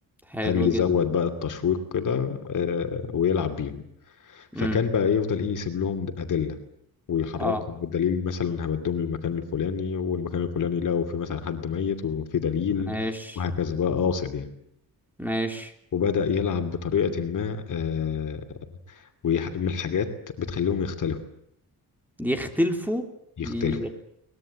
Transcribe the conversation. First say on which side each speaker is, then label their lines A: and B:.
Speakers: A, in the centre; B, on the left.
A: حلو
B: قال يزود
A: جدا
B: بقى التشويق كده آه، ويلعب بيهم فكان
A: امم
B: بقى يفضل إيه يسيب لهم أدلة ويحركهم
A: اه
B: بالدليل مثلا هودهم للمكان الفلاني والمكان الفلاني لقوا في مثلا حد ميت وفي دليل
A: ماشي
B: وهكذا بقى قاصد يعني
A: ماشي
B: وبدأ يلعب بطريقة ما آه، ويح- من الحاجات بتخليهم يختلفوا
A: يختلفوا
B: يختلفوا
A: ي-